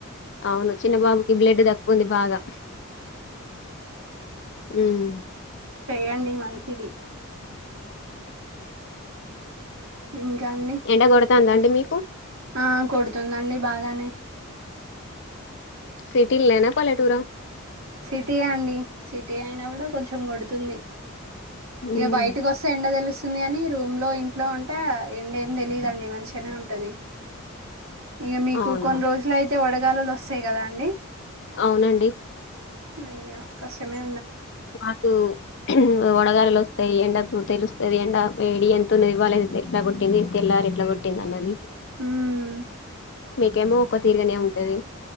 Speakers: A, on the left (about 55°); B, on the right (about 75°).
A: అవును చిన్న బాబుకి బ్లడ్ తక్కువ ఉంది బాగా ఉమ్
B: చేయండి మంచిది ఇంకా అండి
A: ఎండ కొడతాందా అండి మీకు
B: ఆ కొడుతుందండి బాగా అలానే
A: సిటీ లేనా పాలటూరా
B: సిటీయ అండి సిటీ అయినా కూడా కొంచెం గడుతుంది ఇక
A: ఉమ్
B: బయటికి వస్తా ఎండ తెలుసు వస్తుంది అని రూమ్ లో ఇంట్లో ఉంటే ఎండా ఎమ్ తెలియదుండి మంచిగానే ఉంటది ఇక మీకు
A: అవును
B: కొన్ని రోజులు అయితే వడగాలలో సేయి కదా అండి
A: అవునండి
B: అయ్య కసమే
A: మాకు వడగాలలో వస్త ఎండకు తెలుస్తుంది ఎండ ఎడి ఎంత ఉన్నది వాళ్ళ ఎట్లా కొట్టింది తెల్లారు ఎట్లా కొట్టింది అన్నది
B: ఉమ్
A: మీకేమో ఒక్క తీరిగనే ఉంటది